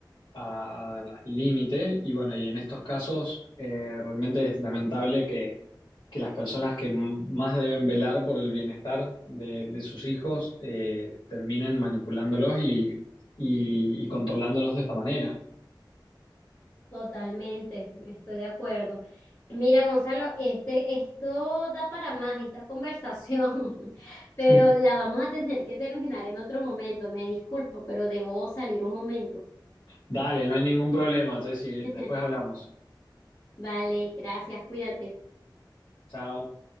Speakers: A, on the left (about 55°); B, on the left (about 30°).
A: a- al límite y bueno, y en estos casos eh, realmente es lamentable que, que las personas que m- más deben velar por el bienestar de, de sus hijos eh, terminen manipulándolos y, y, y controlándolos de esta manera.
B: Totalmente, estoy de acuerdo. Mira, Gonzalo, este, esto da para más esta conversación, <laughs> pero
A: <laughs>
B: la vamos a tener que terminar en otro momento. Me disculpo, pero debo salir un momento.
A: Dale, no hay ningún problema, Jessy,
B: <laughs>
A: después hablamos.
B: Vale, gracias, cuídate.
A: Chao.